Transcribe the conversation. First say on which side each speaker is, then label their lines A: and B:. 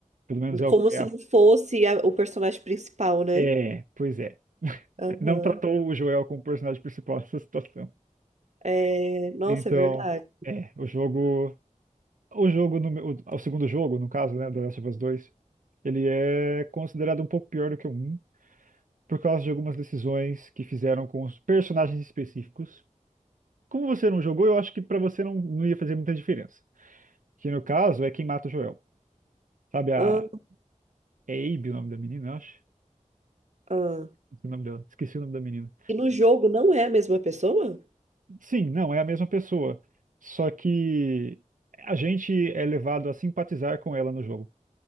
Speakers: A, on the right; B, on the right.
A: Pelo menos é,
B: Como
A: o- é,
B: se
A: a-
B: não fosse a- o personagem principal, né?
A: é, pois é.
B: Aham.
A: Não tratou o Joel como personagem principal dessa situação.
B: É, nossa,
A: Então,
B: é verdade.
A: é, o jogo, o jogo no, meu- o, o segundo jogo, no caso, né, The Last of Us 2 ele é considerado um pouco pior do que o um por causa de algumas decisões que fizeram com os personagens específicos. Como você não jogou, eu acho que pra você não, não ia fazer muita diferença. Que no caso é quem mata o Joel. Sabe a
B: Ah,
A: é Abby o nome da menina, eu acho.
B: ah.
A: Esqueci O nome dela. Esqueci o nome da menina.
B: E no jogo não é a mesma pessoa?
A: Sim, não, é a mesma pessoa. Só que a gente é levado a simpatizar com ela no jogo,